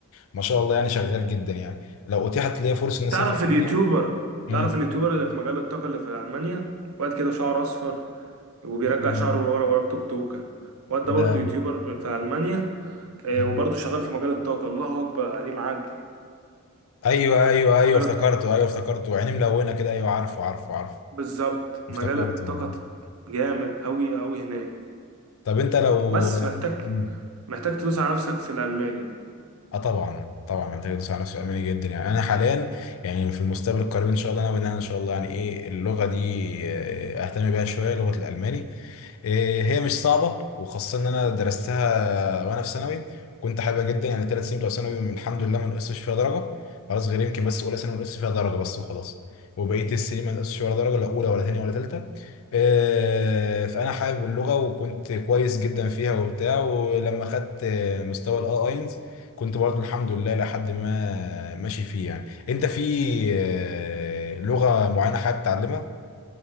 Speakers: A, on the left; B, on the right.
A: ما شاء الله يعني شغال جدا يعني لو اتيحت ليا فرصه اني اسافر
B: تعرف
A: المانيا
B: اليوتيوبر
A: مم.
B: تعرف اليوتيوبر اللي في مجال الطاقة اللي في ألمانيا واد كده شعره أصفر وبيرجع
A: مم.
B: شعره ورا ورا بتوكة واد ده
A: لا
B: برضه يوتيوبر في ألمانيا آه،
A: مم.
B: وبرضه شغال في مجال الطاقة الله أكبر عليه معدي
A: ايوه ايوه ايوه
B: مجال
A: افتكرته
B: الط-
A: ايوه افتكرته عينيه ملونه كده ايوه عارفه عارفه عارفه
B: بالظبط
A: افتكرته
B: مجال الطاقة جامد أوي أوي هناك
A: طب انت لو
B: بس محتاج
A: مم.
B: محتاج تدوس على نفسك في الألماني
A: اه طبعا طبعا محتاج يدوس على نفسه اماني جدا يعني انا حاليا يعني في المستقبل القريب ان شاء الله ناوي ان انا ان شاء الله يعني ايه اللغه دي آه، اهتم بيها شويه لغه الالماني إيه، هي مش صعبة وخاصة إن أنا درستها وأنا في ثانوي كنت حاببها جدا يعني ثلاث سنين بتوع ثانوي من الحمد لله ما نقصش فيها درجة خلاص غير يمكن بس أولى ثانوي نقصت فيها درجة بس وخلاص وبقية السنين ما نقصش ولا درجة لا أولى ولا تانية ولا تالتة إيه، فأنا حابب اللغة وكنت كويس جدا فيها وبتاع ولما خدت آه، مستوى الأي أينز كنت برضه الحمد لله لحد ما ماشي فيه يعني أنت في إيه، لغة معينة حابب تتعلمها؟